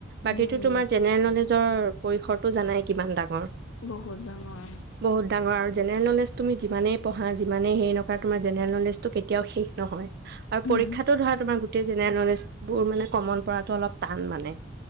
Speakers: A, on the right; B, on the left.
A: বাকীতো
B: উম, উম,
A: তোমাৰ জেনেৰেল নলেজৰ পৰিসৰটো জানাই কিমান ডাঙৰ?
B: বহুত ডাঙৰ।
A: বহুত ডাঙৰ আৰু জেনেৰেল নলেজ তুমি যিমানেই পঢ়া, যিমানেই হেৰি নকৰা তোমাৰ জেনেৰেল নলেজটো কেতিয়াও শেষ নহয়। আৰু
B: উম,
A: পৰীক্ষাটো ধৰা তোমাৰ গো গোটেই জেনেৰেল নলেজবোৰ মানে কমন পৰাটো অলপ টান মানে।